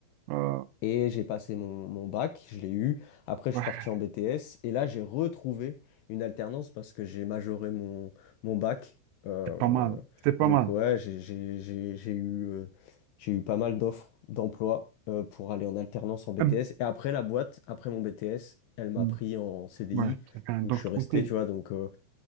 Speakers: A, on the right; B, on the left.
A: Euh,
B: Et j'ai passé mon, mon bac, je l'ai eu. Après, je
A: ouais,
B: suis parti en BTS. Et là, j'ai retrouvé une alternance parce que j'ai majoré mon, mon bac. Euh,
A: c'est pas mal, c'est pas
B: donc,
A: mal.
B: ouais, j'ai j'ai- j'ai- j'ai eu, euh, j'ai eu pas mal d'offres d'emploi euh, pour aller en alternance en BTS.
A: Hum,
B: Et après, la boîte, après mon BTS, elle m'a
A: hum,
B: pris en CDI.
A: Ouais, c'est bien, donc
B: Donc, je suis resté,
A: tranquille.
B: tu vois. Donc, euh,